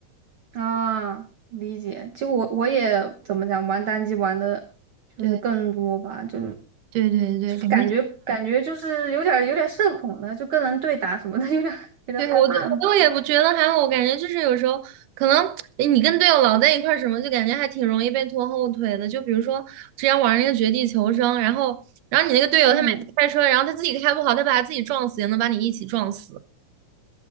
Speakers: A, on the right (about 65°); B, on the right (about 85°).
A: 啊。理解，就我我也怎么讲，玩单机玩的就是更多吧，
B: 对
A: 就是
B: 对对对，
A: 就是感觉感觉就是有点儿有点儿社恐的，
B: 感觉。
A: 就跟人对打什么的，<laughs> 有点儿有点儿害怕了。
B: 对，我都我都也不觉得还好，我感觉就是有时候可能诶你跟队友老在一块儿什么，就感觉还挺容易被拖后腿的。就比如说之前玩那个绝地求生，然后然后你那个队友他每次开车，
A: 嗯
B: 然后他自己开不好，他把他自己撞死，也能把你一起撞死，